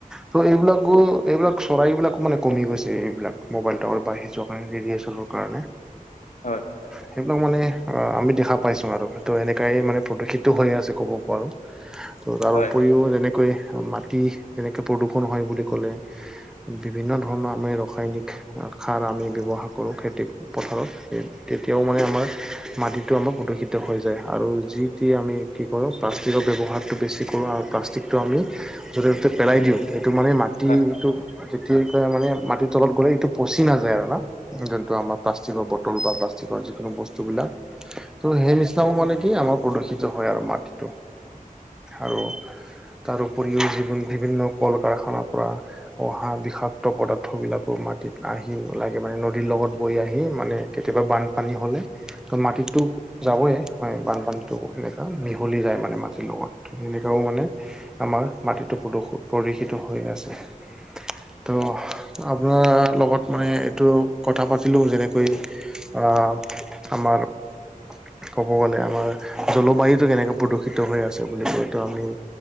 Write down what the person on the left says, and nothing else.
হয়।
হয়
হয়